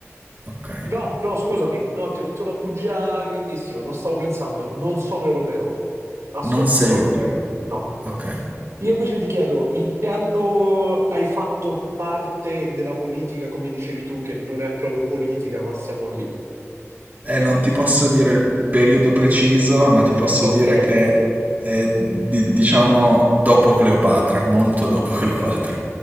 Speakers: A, on the right; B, on the right.
A: Ok.
B: No, no, scusami, no, ti ho detto una bugia grandissima, non stavo pensando, non sono europeo, assolutamente
A: Non sei
B: no.
A: europeo.
B: No,
A: Ok.
B: io invece ti chiedo in che anno hai fatto parte della politica, come dicevi tu, che non è proprio politica, ma siamo lì.
A: Eh, non ti posso dire il periodo preciso, ma ti posso
B: Ok,
A: dire che è, di- diciamo, dopo Cleopatra, molto dopo Cleopatra.